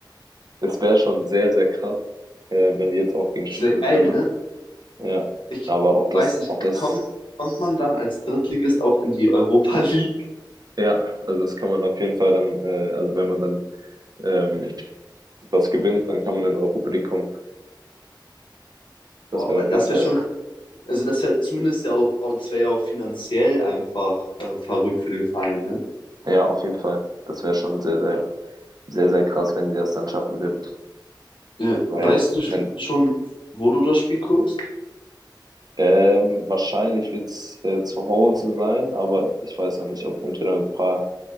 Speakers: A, on the right (about 55°); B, on the left (about 85°).
A: es wäre schon sehr, sehr krass, äh, wenn die jetzt auch gegen Stuttgart
B: Es wäre geil,
A: gewinnen.
B: ne?
A: Ja,
B: Ich
A: aber ob das,
B: weiß nicht,
A: ob das,
B: kommt, kommt man dann als Drittligist auch in die Europa League?
A: ja, also das kann man auf jeden Fall dann, äh, also wenn man dann ähm, das gewinnt, dann kann man in die Europa League kommen. Das
B: Boah,
A: wäre
B: weil
A: auf
B: das
A: jeden Fall,
B: wäre schon, also das wäre zumindest ja auch, auch- das wäre ja auch finanziell einfach äh, verrückt für den Verein, ne?
A: ja, auf jeden Fall. Das wäre schon sehr, sehr, sehr, sehr krass, wenn sie das dann schaffen würden.
B: Ja.
A: Weil
B: Weißt du sch-
A: dann
B: schon, wo du das Spiel guckst?
A: ähm, wahrscheinlich wird's äh, zu Hause sein, aber ich weiß noch nicht, ob entweder mit ein paar